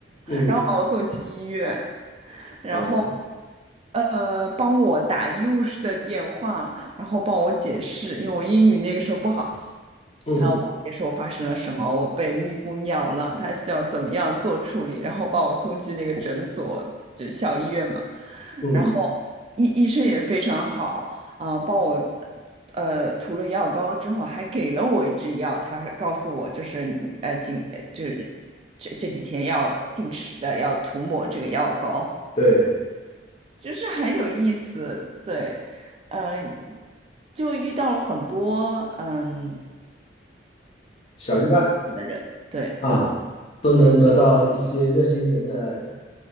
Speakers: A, on the left (about 35°); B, on the right (about 35°).
A: 嗯
B: 然后把我送去医院，然后
A: 啊
B: 呃帮我打医务室的电话，然后帮我解释，因为我英语那个时候不好，
A: 嗯
B: 然后帮我解释我发生了什么，我被蜜蜂咬了，他需要怎么样做处理，然后把我送去那个诊所，就校医院嘛。
A: 嗯，
B: 然后医医生也非常好，啊、帮我呃涂了药膏之后，还给了我一支药，他还告诉我就是你呃今呃就是这这几天要定时的要涂抹这个药膏，
A: 对，
B: 就是很有意思，对，嗯、就遇到了很多嗯
A: 小意外
B: 好的人，对，
A: 啊，都能得到一些热心人的，
B: 嗯，